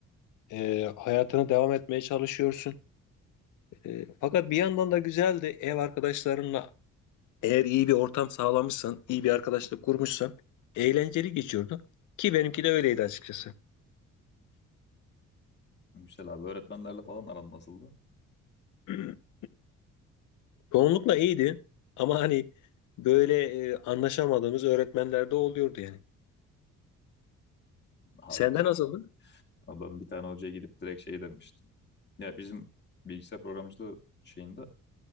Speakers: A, on the left; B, on the left.
A: Ee, hayatına devam etmeye çalışıyorsun. Ee, fakat bir yandan da güzeldi. Ev arkadaşlarınla eğer iyi bir ortam sağlamışsan, iyi bir arkadaşla kurmuşsan eğlenceli geçiyordu. Ki benimki de öyleydi açıkçası.
B: Güzel abi öğretmenlerle falan aran nasıldı?
A: <clears throat> Çoğunlukla iyiydi ama hani böyle e, anlaşamadığımız öğretmenler de oluyordu yani.
B: Abi
A: Senden
B: bizim
A: nasıldı?
B: abi ben bir tane hocaya gidip direkt şey demiştim. Ya bizim bilgisayar programcılığı şeyinde